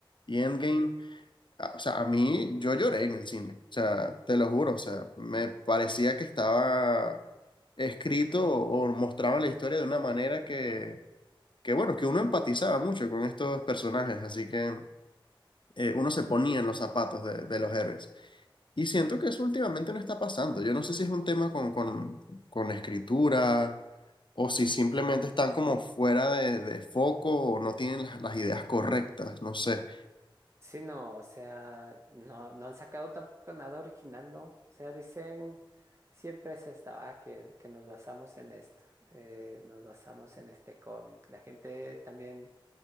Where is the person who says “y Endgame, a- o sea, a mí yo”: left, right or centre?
Left